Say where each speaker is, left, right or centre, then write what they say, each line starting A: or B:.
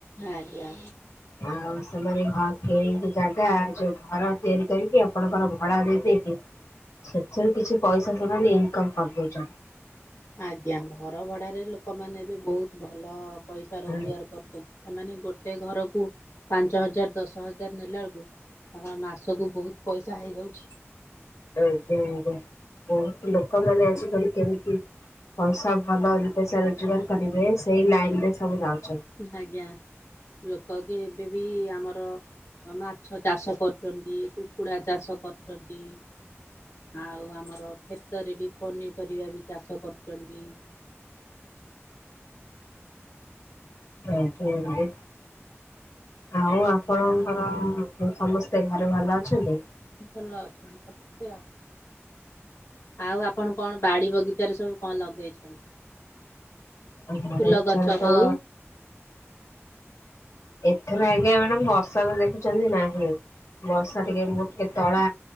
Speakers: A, on the left; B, on the left.
A: ଆଜ୍ଞା
B: ଆଉ ସେମାନେ କି ଜାଗା ଯୋଉ ଘର ତିଆରି କରିକି ଆପଣଙ୍କର ଭଡା ଦେଇ ଦେଇକି ସେଥିରେ କିଛି ପଇସା ସେମାନେ ଇନକମ କରିଦଉଛନ୍ତି।
A: ଆଜ୍ଞା ଘର ଭଡାରେ ଲୋକମାନେ ବି ବହୁତ ଭଲ ପଇସା ରୋଜଗାର
B: ଆଜ୍ଞା
A: କରୁଛନ୍ତି ସେମାନେ ଗୋଟେ ଘରକୁ ପାଞ୍ଚ ହଜ ହଜାର, ଦଶ ହଜାର ନେଲା ବେଳକୁ ଆମର ମାସକୁ ବହୁତ ପଇସା ହେଇଯାଉଛି।
B: ଏକଦମ ବହୁତ ଲୋକମାନେ ଆଜିିକାଲି କେମିତି ପଇସା ଭଲ ଦୁଇ ପଇସା ରୋଜଗାର କରିବେ ସେଇ ଲାଇନ ରେ ସବୁ ଯାଉ
A: ଆଜ୍ଞା ଲୋକ କି ଏବେ ବି ଆମର ମାଛ ଚାଷ କରୁଛନ୍ତି, କୁକୁଡ଼ା ଚାଷ କରୁଛନ୍ତି ଆଉ ଆମର କ୍ଷେତରେ ବି ପନିପରିବା ବି ଚାଷ କରୁଛନ୍ତି।
B: ଆଜ୍ଞା, ଆଉ ଆପଣଙ୍କର ସମସ୍ତେ ଘରେ ଭଲ ଅଛନ୍ତି?
A: ଭଲ ଅଛନ୍ତି ସମସ୍ତେ ଆଉ। ଆଉ ଆପଣ କଣ ବାଡି ବଗିଚାରେ ସବୁ କଣ ଲଗେଇଛନ୍ତି?
B: ଆଛ
A: ଫୁଲ ଗଛ
B: ତ
A: ହଉ
B: ଏଥର ଆଜ୍ଞା ମ୍ୟାଡାମ ବର୍ଷା ତ ଦେଖୁଛନ୍ତି ନାହିଁ ବର୍ଷା ଦିକେ ମୁଟକେ ତଳା